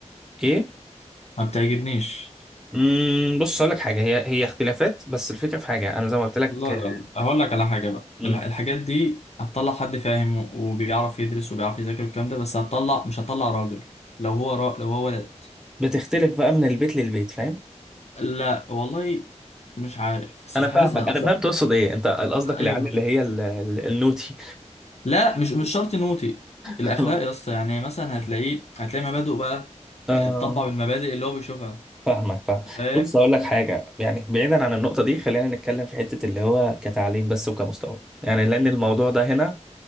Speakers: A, in the centre; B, on the left.
A: ايه
B: ما بتعجبنيش
A: امم بص اقول لك حاجه هي هي اختلافات بس الفكره في حاجه انا زي ما قلت لك
B: لا لا
A: آه،
B: لا هقول لك على حاجه بقى
A: مم.
B: الح- الحاجات دي هتطلع حد فاهم و- وبيعرف يدرس وبيعرف يذاكر والكلام ده بس هتطلع مش هتطلع راجل لو هو را... لو هو ولد
A: بتختلف بقى من البيت للبيت فاهم
B: لا والله مش عارف بس
A: انا
B: مش
A: فاهمك
B: حاسسها
A: انا
B: اصلا
A: فهمت تقصد ايه انت قصدك
B: ايوه
A: العيال اللي هي ال- ال- النوتي
B: لا مش مش شرط نوتي
A: <laughs>
B: الاخلاق يا اسطى يعني مثلا هتلاقيه هتلاقي مبادئه بقى
A: آه
B: آه، اتطبع بالمبادئ اللي هو بيشوفها
A: فاهمك فاهم
B: فاهم
A: بص اقول لك حاجه يعني بعيدا عن النقطه دي خلينا نتكلم في حته اللي هو كتعليم بس وكمستوى يعني لان الموضوع ده هنا